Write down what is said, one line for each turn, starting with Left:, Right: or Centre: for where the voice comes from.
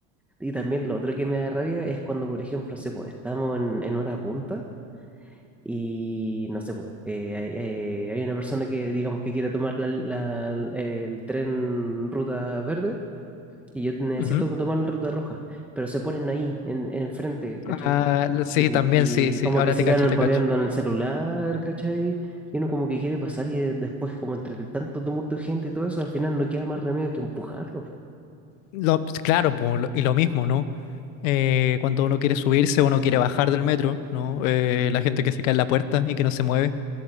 Centre: Y también lo otro que me da rabia es cuando, por ejemplo, no sé, po, estamos en, en hora punta y no sé, po, eh, hay, eh, hay una persona que digamos que quiere tomar la- la- el tren ruta verde y yo necesito
Left: Ujú.
Centre: tomar la ruta roja, pero se ponen ahí, en, enfrente, ¿cachai?
Left: Ah, sí,
Centre: Y,
Left: también sí, sí.
Centre: y como
Left: Ahora
Centre: que se
Left: te cacho,
Centre: quedan
Left: te
Centre: paviando
Left: cacho.
Centre: en el celular, ¿cachai? Y uno como que quiere pasar y eh, después como entre el tanto tumulto de gente y todo eso, al final no queda más remedio que empujarlo.
Left: Lo- claro, po, lo- y lo mismo, ¿no? eh, cuando uno quiere subirse o uno quiere bajar del metro, ¿no? Eh, la gente que se cae en la puerta y que no se mueve,